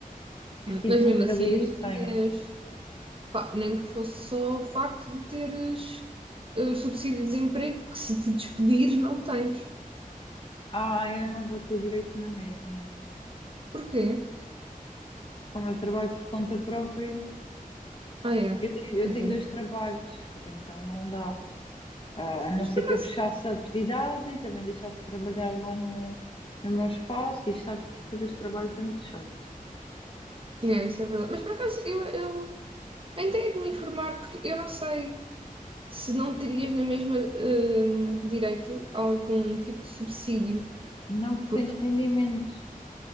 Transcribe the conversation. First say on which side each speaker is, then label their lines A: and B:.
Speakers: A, on the left; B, on the right.
A: Que
B: Hum,
A: tipo
B: Mas mesmo
A: de regalias
B: assim, tinhas,
A: tenho?
B: pá, nem que fosse só o facto de teres eh, o subsídio de desemprego, que se te despedir, não tens.
A: Ah, eu não vou ter direito na mesma.
B: Porquê?
A: Como eu trabalho por conta própria,
B: Ah, é.
A: eu tenho, eu
B: Pois
A: tenho
B: é.
A: dois trabalhos, então não dá. Ah, a não
B: Mas
A: ser
B: por
A: que
B: acaso.
A: eu fechasse a atividade e também deixasse de trabalhar lá no, no meu espaço. E sabes que isto dos trabalhos é muito chato.
B: é isso é verdade. Mas por acaso, eu, eu até hei de me informar, porque eu não sei. se não terias na mesma hum, direito a algum tipo de subsídio.
A: Não, porque
B: Porque
A: tens rendimentos